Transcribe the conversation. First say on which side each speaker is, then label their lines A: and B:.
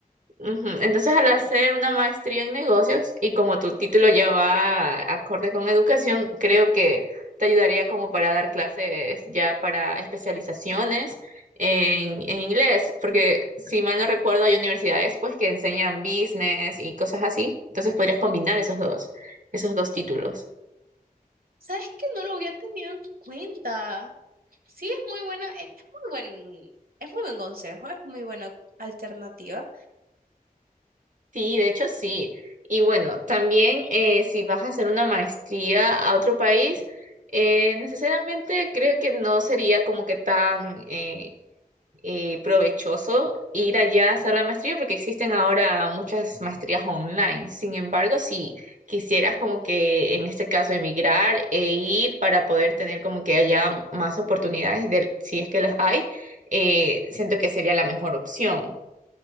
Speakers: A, on the right (about 60°); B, on the right (about 80°).
A: Ujú. Entonces, al hacer una maestría en negocios y como tu título ya va acorde con educación, creo que te ayudaría como para dar clases ya para especializaciones en, en inglés, porque si mal no recuerdo hay universidades pues que enseñan business y cosas así, entonces podrías combinar esos dos, esos dos títulos.
B: ¿Sabes que no lo había tenido en cuenta? Sí, es muy buena, es muy buen, es muy buen consejo, es muy buena alternativa.
A: Sí, de hecho sí. Y bueno, también eh, si vas a hacer una maestría a otro país, eh, necesariamente creo que no sería como que tan eh, eh, provechoso ir allá a hacer la maestría porque existen ahora muchas maestrías online. Sin embargo, si quisieras como que en este caso emigrar e ir para poder tener como que allá más oportunidades de, si es que las hay, eh, siento que sería la mejor opción.